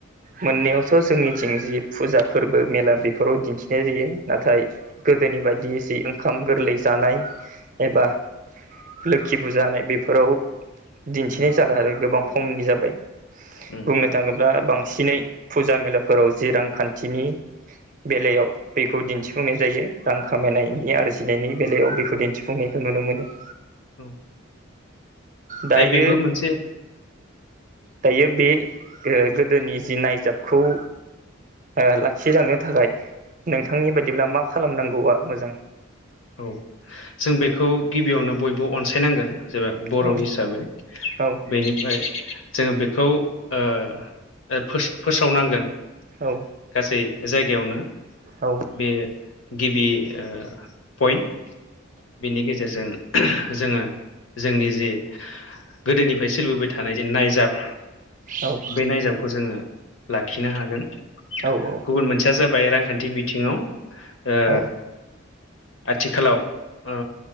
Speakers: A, on the right (about 40°); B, on the left (about 75°).
A: मोननैयावथ' जोंनिथिं जि फुजा फोरबो मेला बेफोराव दिन्थिनाय जायो नाथायो गोदोनि बायदि एसे ओंखाम गोरलै जानाय एबा ओ लोखि बुजानाय बेफोराव दिन्थिनाय
B: उम
A: जाला आरो गोबां खमनि जाबाय
B: उम
A: बुंनो ओम थाङोब्ला बांसिनै फुजा मेलाफोराव जि रांखान्थिनि बेलायाव बेखौ दिन्थिफुंनाय जायो रां खामायनायनि आरजिनायनि बेलायाव बेखौ दिन्थिफुंनायखौ नुनो मोनो।
B: औ।
A: दायो
B: दा बेबो मोनसे
A: दायो बे गोदोनि जि नायजाबखौ ओ लाखिजानो थाखाय नोंथांनि बायदिब्ला मा खालामनांगौआ मोजां।
B: औ जों बेखौ गिबियावनो बयबो अनसायनांगोन। जेबा बर'
A: औ
B: हिसाबै।
A: औ
B: बेनि ओफ्राय जोङो बेखौ ओ फोसावनांगोन।
A: औ
B: गासै जायगायावनो।
A: औ
B: बे गिबि ओ पइन्ट बेनि गेजेराव गेजेरजों जोङो जोंनि जि गोदोनिफ्राय सोलिबोबाय थानाय जे नायजाब
A: औ
B: बे नायजाबखौ जोङो लाखिनो हागोन।
A: औ औ
B: गुबुन मोनसेया जाबाय रांखान्थि बिथिंङाव ओ
A: औ
B: आथिखालाव ओ